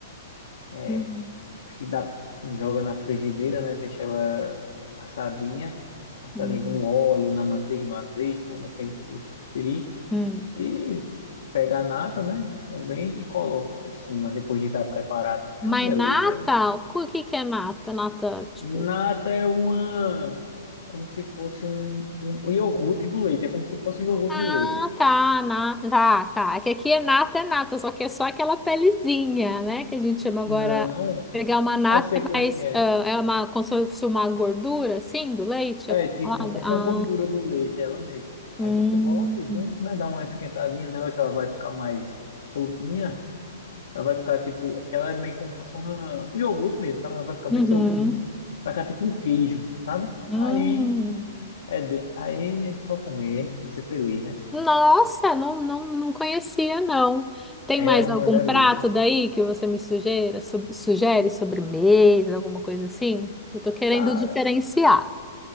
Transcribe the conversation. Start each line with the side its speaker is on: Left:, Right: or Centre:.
Left: é.
Centre: Uhum.
Left: Acho que dá, joga na frigideira, né? Deixa ela assadinha, assadinha
Centre: Uhum.
Left: no óleo, na manteiga, no azeite, né? Depende do que você preferir.
Centre: Hum.
Left: E pega a nata, né? Também e coloca por cima, depois de estar preparada.
Centre: Mas
Left: É uma delícia.
Centre: nata,
Left: é doce.
Centre: o que que é nata? Nata, tipo.
Left: Nata é uma. Como se fosse um, um iogurte do leite. É como se fosse um iogurte
Centre: Ah,
Left: do leite.
Centre: tá, na, tá, tá. É que aqui é nata, é nata, só que é só aquela pelezinha, né? Que a gente chama agora.
Left: Não,
Centre: Pegar uma nata
Left: ah, sei
Centre: é
Left: como
Centre: mais.
Left: é que é.
Centre: ah, é uma, como se fosse uma gordura, assim, do leite
Left: É,
Centre: acumulada.
Left: tipo, como fosse
Centre: Ah,
Left: uma gordura do leite, é ela mesmo.
Centre: hum.
Left: Aí você bota junto, né? Dá uma esquentadinha nela que ela vai ficar mais soltinha. Ela vai ficar tipo. que Ela é meio como se fosse uma, um iogurte mesmo, sabe? Ela vai ficar bem
Centre: Uhum.
Left: soltinha.
Centre: Hum.
Left: Vai ficar tipo um queijo, sabe?
Centre: hum.
Left: Aí é, de- aí é só comer e ser feliz, né?
Centre: Nossa, não, não, não conhecia, não. Tem
Left: É
Centre: mais
Left: uma
Centre: algum
Left: delícia.
Centre: prato daí que você me sugere, sugere sobremesa, alguma coisa assim? Eu tô querendo
Left: Cara,
Centre: diferenciar.